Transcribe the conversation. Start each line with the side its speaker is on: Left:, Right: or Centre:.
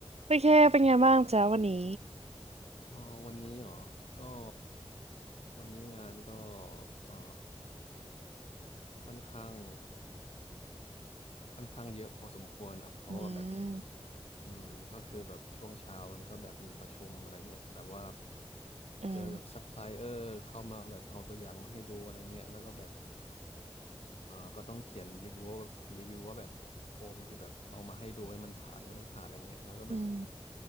Right: โอเคเป็นไงบ้างจ้าวันนี้
Left: เออวันนี้เหรอก็วันนี้งานก็เออค่อนข้างค่อนข้างเยอะพอสมควรอ่ะเพราะว่าแบบ
Right: อืม
Left: อืมก็คือแบบช่วงเช้ามันก็แบบมีประชุมอะไรเงี้ยแบบว่า
Right: อืม
Left: เจอกับซัพพลายเออร์เข้ามาแบบเอาตัวอย่างมาให้ดูอะไรเงี้ยแล้วก็แบบเออก็ต้องเขียนรีวิวว่าแบบรีวิวว่าแบบโฮมที่แบบเอามาให้ดูให้มันผ่านหรือไม่ผ่านอะไรเงี้ยแล้วก็แบบ
Right: อืม